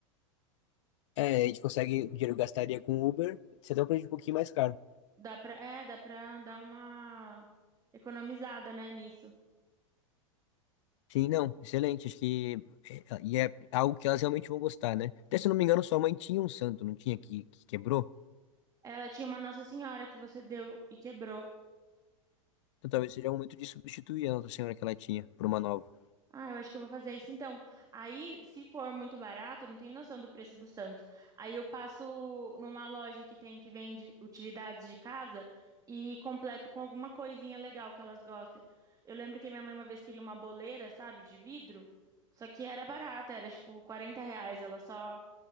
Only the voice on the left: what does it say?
é, a gente consegue, o dinheiro que gastaria com Uber, você dá um preço um pouquinho mais caro.
Sim, não, excelente, acho que é, e é algo que elas realmente vão gostar, né? Até se eu não me engano, sua mãe tinha um santo, não tinha, que, que quebrou?
Então talvez seja o momento de substituir a Nossa Senhora que ela tinha por uma nova.